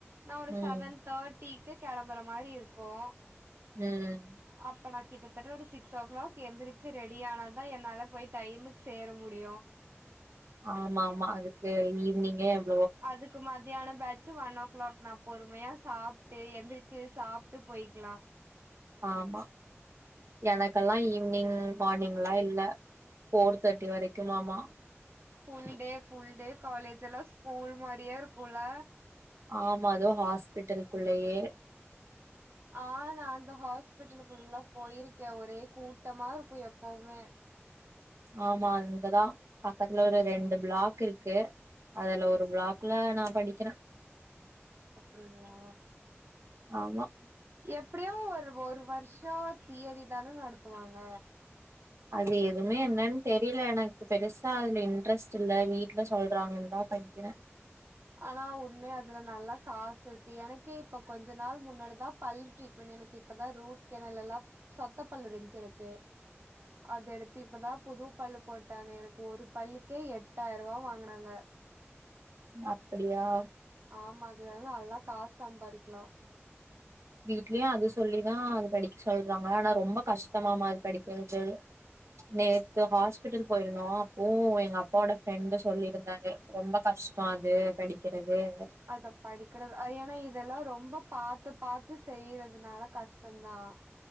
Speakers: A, on the right; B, on the right.
A: நா ஒரு
B: ம்
A: செவன் தாட்டிக்கு கெளம்புற மாரி இருக்கு
B: ம்
A: அப்ப நா கிட்டத்தட்ட ஒரு சிக்ஸ் ஸோ க்ளாக் எந்திரிச்சி ரெடி ஆனாதா என்னால போய் டைமுக் சேர முடியு
B: ஆமா ஆமா அதுக்கு ஈவ்னிங்கேம்
A: அதுக்கு மாத் தியான பேச்சு வன் ஓ க்ளாக் நா பொறுமையா சாப்ட்டு எந்திரிச்சு சாப்ட்டு பொய்க்லா
B: ஆமா எனக்கல்லா ஈவ்னிங் மார்னிங்லா இல்ல ஃபோர் தேர்ட்டி வரெக்கும்மாம்மா
A: full day full day college எல்லா ஸ்கூல்மாரியே இருக்குல்ல
B: ஆமா அதூ ஹாஸ்பிட்டல் குள்ளயே
A: ஆ நா அந்த ஹாஸ்பிட்டலுக்குள்ள போயிருக்கே ஒரே கூட்டமா இருக்கு எப்பவ்மே
B: ஆமா இங்கதா பக்கத்துல ஒரு ரெண்டு ப்ளாக் இருக்கு அதுல ஒரு ப்ளாக்ல நா படிக்கெற
A: அப்டிங்களா
B: ஆமா
A: எப்பிடியு ஒரு ஒரு வருஷோ தியரிதான நடத்துவாங்க
B: அது எதுமே என்னன்னு தெரில எனக்கு பெருசா அதுல இன்ட்ரெஸ்ட் இல்ல வீட்ல சொல்றாங்கன்தா படிக்கெற
A: ஆனா உண்மையா அதுல நல்லா காசு எத்தி எனக்கே இப்ப கொஞ்ச நாள் முன்னாடிதா பல் ட்ரீட்மண் எனக்கு இப்பதா ரூட் கேனல்லெல்லா சொத்த பல் இருந்ச்சு எனக்கு அது எடு இப்பதா புது பல்லு போட்டாங்க எனக்கு ஒரு பல்லுக்கே எட்டாயிர்வா வாங்குனாங்க
B: அப்பிடியா
A: ஆமா அதுல எல்லா நல்லா காஸ் சம்பாரிக்லா
B: வீட்லயு அது சொல்லிதா அது படிக் சொல்றாங்க ஆனா ரொம்ப கஷ்டமாம அது படிக்கெறது நேத்து ஹாஸ்பிட்டல் போய்ருந்தோ அப்போ எங்க அப்பா ஓட ஃப்ரெண்டு் சொல்லியிருந்தாரு ரொம்ப கஷ்டோ அது படிக்கெறது அ
A: அத படிக்கறது அ எனா இதெல்லா ரொம்ப பாத்து பாத்து செய்றதுனால கஷ்டொந்தா